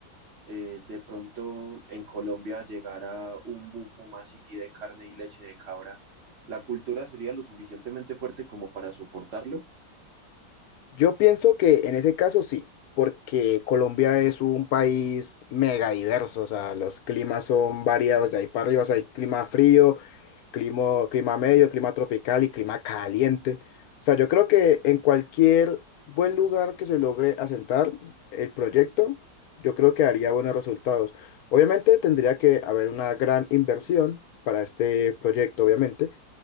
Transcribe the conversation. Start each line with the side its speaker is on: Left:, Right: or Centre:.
Right: eh, de pronto en Colombia llegara un boom así de carne y leche de cabra, la cultura sería lo suficientemente fuerte como para soportarlo?
Left: Yo pienso que en ese caso sí, porque Colombia es un país mega diverso, o sea, los climas son variados, de ahí para arriba, o sea, hay clima frío. clima, clima medio, clima tropical y clima caliente. O sea, yo creo que en cualquier buen lugar que se logre asentar el proyecto, yo creo que haría buenos resultados. Obviamente tendría que haber una gran inversión para este proyecto, obviamente,